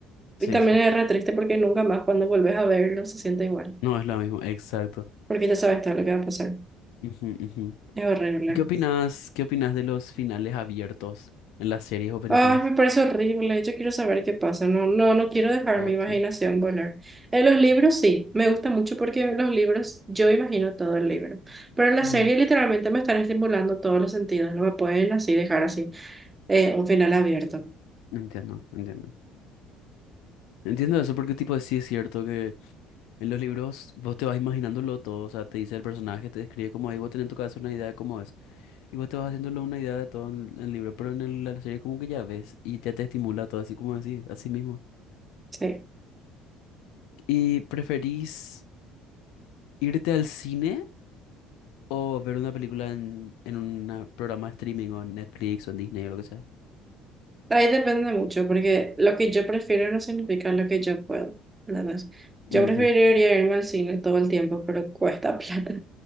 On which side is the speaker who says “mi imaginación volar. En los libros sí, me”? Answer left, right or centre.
Right